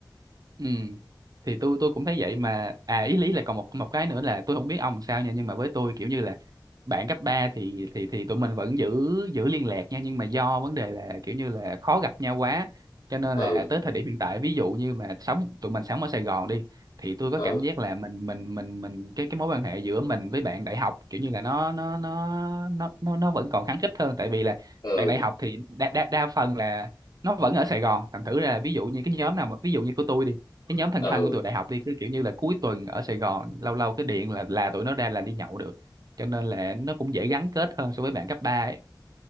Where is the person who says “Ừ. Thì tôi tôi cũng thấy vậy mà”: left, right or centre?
Right